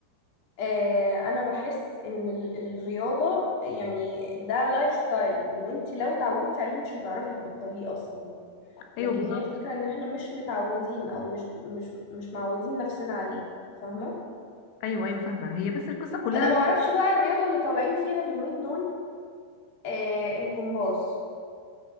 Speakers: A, on the left; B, on the left.
A: آه، انا بحس ان ال- الرياضة يعني ده لايف ستايل ان انت لو اتعودتي عليه مش هتعرفي تبطليه اصلا
B: ايوه
A: لكن
B: بالظبط
A: هي الفكرة ان احنا مش متعودين او مش مش مش معودين نفسنا عليه فاهمة
B: ايوه ايوه فاهمه هي بس القصه كلها
A: انا ما اعرفش بقى الرياضة اللي طالعين فيها اليومين دول آه، الجمباز